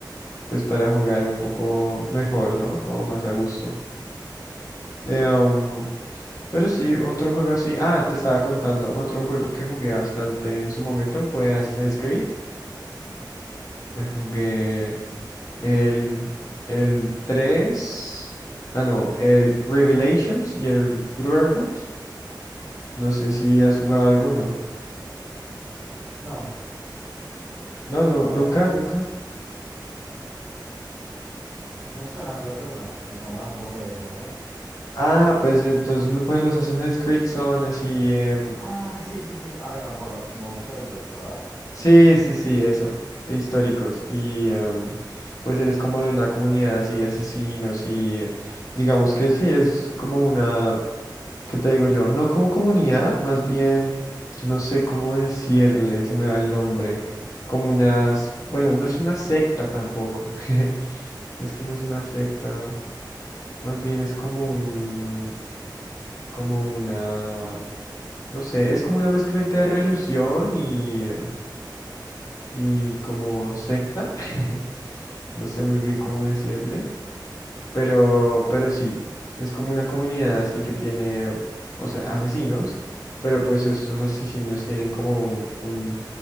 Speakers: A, on the left; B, on the left.
A: pues para jugar un poco mejor, ¿no? Como más a gusto. Em, Pero sí, otro juego así. Ah, te estaba contando. Otro juego que jugué bastante en su momento fue Assassin's Creed. Me jugué el, el tres Ah, no, el Revelations y el Brotherhood. No sé si has jugado alguno.
B: No.
A: No, no,
B: ¿Cuáles
A: nunca,
B: son?
A: nunca.
B: Me suenan, pero creo que no. ¿Me contás un poco de qué se tratan?
A: Ah, pues entonces lo- pues, los Assassin's Creed son así. em,
B: Ah, sí, sí, sí. Ahora que me acuerdo. Como históricos, ¿verdad?
A: Sí, sí, sí, eso, e históricos. Y em, pues eres como de una comunidad así de asesinos y eh, digamos que sí, es como una, ¿qué te digo yo? No como comunidad, más bien, no sé cómo decirle, se me va el nombre, como unas, bueno, no es una secta tampoco, <laughs> es que no es una secta, más bien es como un, como una, no sé, es como una mezcla entre religión y, eh, y como secta. <laughs> no sé muy bien
B: Ajá.
A: cómo decirle, pero, pero sí, es como una comunidad así que tiene, o sea, asesinos, pero pues estos asesinos tienen como un, un,